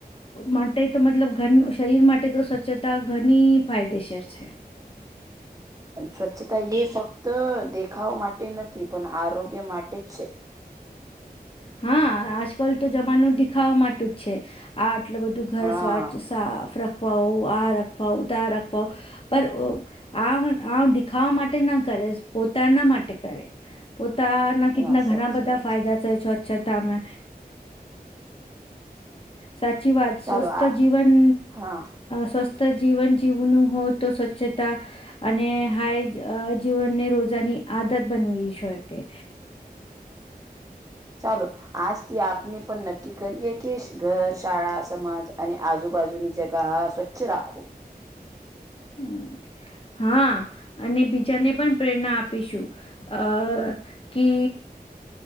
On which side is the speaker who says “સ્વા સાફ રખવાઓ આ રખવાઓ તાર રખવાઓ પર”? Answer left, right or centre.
Left